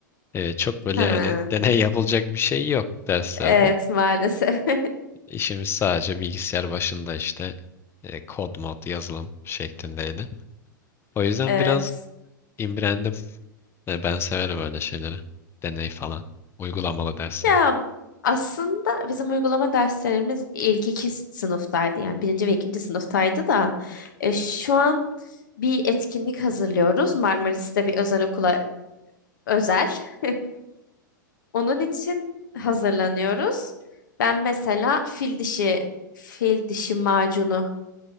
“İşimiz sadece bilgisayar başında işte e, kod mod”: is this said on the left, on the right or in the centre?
Left